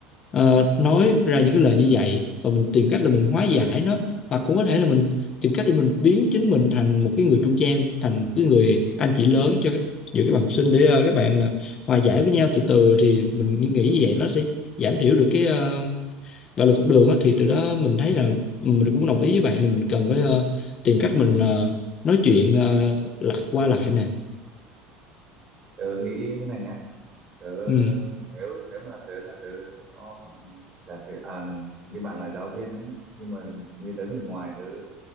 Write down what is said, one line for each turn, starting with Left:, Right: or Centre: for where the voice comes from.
Left: ờ, nói ra những cái lời như vậy và mình tìm cách là mình hóa giải nó hoặc cũng có thể là mình tìm cách để mình biến chính mình thành một cái người trung gian thành một cái người anh chị lớn cho các giữa các bạn học sinh để ờ, các bạn là hòa giải với nhau từ từ thì mình nghĩ như vậy nó sẽ giảm thiểu được cái ờ, bạo lực học đường á thì từ đó mình thấy là mình cũng đồng ý với bạn là mình cần phải ờ, tìm cách mình ờ, nói chuyện ờ, lại qua lại nè
Right: tớ nghĩ thế này nhá tớ
Left: ừ
Right: nếu nếu mà là tớ là tớ sẽ có giả sử à, như bạn là giáo viên đó nhá nhưng mà như tớ người ngoài tớ